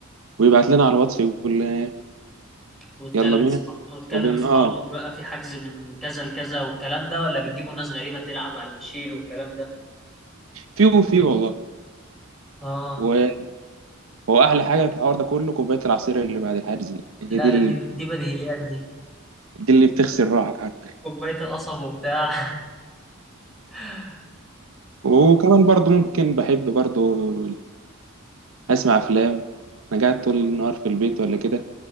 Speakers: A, on the right (about 75°); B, in the centre.
A: ويبعت لنا على الواتس يقول آه،
B: وتكلم
A: يلا بينا
B: اصحابك وتكلم
A: وبن
B: اصحابك
A: اه
B: بقى في حجز من كذا لكذا والكلام ده ولا بتجيبوا ناس غريبة تلعب على اللي يشيل والكلام ده
A: في وفي والله
B: اه
A: و- هو احلى حاجه في الحوار ده كله كوبايه العصير اللي بعد الحجز دي هي
B: لا
A: دي
B: ده
A: ال...
B: دي دي بديهيات
A: دي اللي بتغسل روحك عارف
B: كوباية القصب وبتاع <laughs>
A: وكمان برضو ممكن بحب برضو اسمع افلام انا قاعد طول النهار في البيت ولا كده